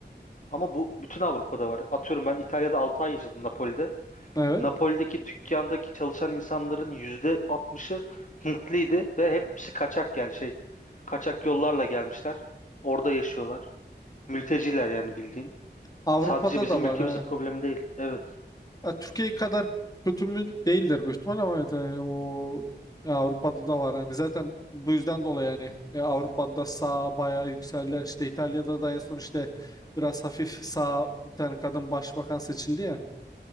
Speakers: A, on the left; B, on the left.
A: Ama bu bütün Avrupa'da var. Atıyorum ben İtalya'da 6 ay yaşadım Napoli'de.
B: Evet.
A: Napoli'deki dükkandaki çalışan insanların %60'ı Hintliydi ve hepsi kaçak yani şey kaçak yollarla gelmişler. Orada yaşıyorlar. Mülteciler yani bildiğin.
B: Avrupa'da
A: Sadece bizim
B: da var.
A: ülkemizin
B: evet.
A: problemi değil. Evet.
B: Ya Türkiye kadar kötü mü değildir büyük ihtimal ama evet yani o ya Avrupa'da da var hani zaten bu yüzden dolayı yani e, Avrupa'da sağ bayağı yükselen işte İtalya'da da en son işte biraz hafif sağ bir tane kadın başbakan seçildi ya